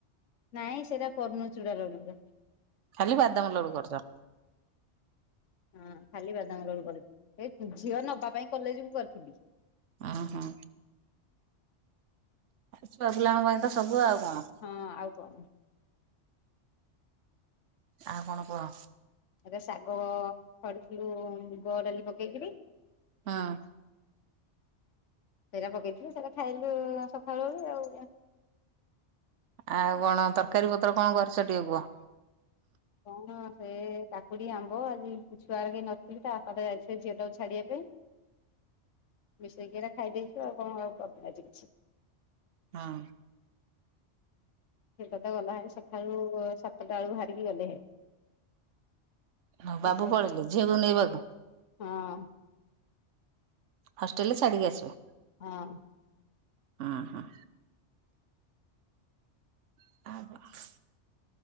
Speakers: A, on the left (about 85°); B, on the right (about 80°).
A: ନାଇଁ ସେରା କଣ୍ଣଚୂଡା ର <unintelligible>
B: ଖାଲି ବାଦାମ ଲୋଡୁ କରୁଚ।
A: ହଁ ଖାଲି ବାଦାମ ଲଡୁ କରି ଏ ଝିଅ ନବା ପାଇଁ କଲେଜ କୁ କରିଥିଲି।
B: ଓ ହଁ ଛୁଆ ପିଲାଙ୍କ ପାଇଁ ତ ସବୁ ଆଉ କଣ।
A: ହଁ ଆଉ କଣ।
B: ଆଉ କଣ କୁହ?
A: ଏବେ ଶାଗ ଖଡିଥିଲୁ ମୁଗ ଡାଲି ପକେଇକିରି।
B: ହଁ।
A: ସେରା ପକେଇଥିଲୁ ସେରା ଖାଇଲୁ ସକାଳୁ ଓଳି ଆଉ
B: ଆଉ କଣ ତରକାରୀ ପତର କଣ କରିଛ ଟିକେ କୁହ?
A: କଣ ସେ କାକୁଡ଼ି ଆମ୍ବ ଆଜି ଛୁଆଓରା କେହି ନଥିଲେ ତା ବାପା ତ ଯାଇଥିଲେ ଝିଅଟାକୁ ଛାଡ଼ିବା ପାଇଁ। ମିଶେଇକିନା ଖାଇ ଦେଇଛୁ ଆଉ କଣ କରିନି ଆଜି କିଛି।
B: ହଁ
A: <unintelligible> ଗଲା ଭାରି ସକାଳୁ ସାତଟା ବେଳକୁ ବାହାରିକି ଗଲେ।
B: ହଁ
A: ବିକି
B: ବାବୁ
A: ଆଇଲେ
B: ପଳେଇିଲେ ଝିଅକୁ ନେଇବାକୁ।
A: ହଁ
B: ହଷ୍ଟେଲ୍ ରେ ଛାଡିକି ଆସିବେ।
A: ହଁ
B: ଉଁ ହୁଁ <unintelligible>